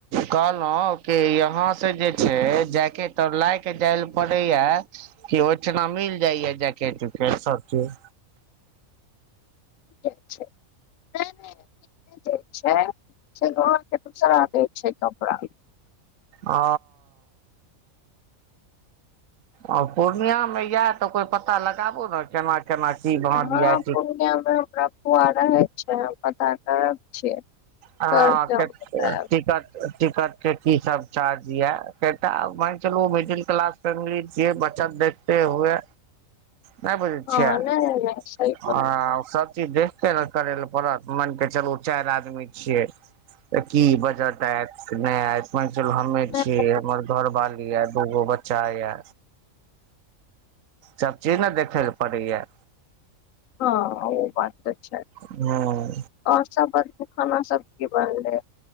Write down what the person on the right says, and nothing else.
कहलहुं कि यहा से जे छै जायके तऽ लाय के जाय ल पड़े या किओहिठिना मिल जाइया जैकेट उकेट सब चीज
ओ आ पूर्णियामे यए तऽ कोइ पता लगाबू ने केना केना की भाँ
द य
हँ
टिकट टिकट के की सब चार्ज य क मान चलू मिडिल क्लास ी बचत देखेत हुए नहि बी
छै आ
सबचीज देख के करे लए पड़त मान के चलू चारि आदमी छियै तऽ की बजट आत नहि आत मान चलू हमे
छीयै हमर घरवाली ये दूगो बच्चा ये सब चीज ने देखेय पड़ै यऽ
हूँ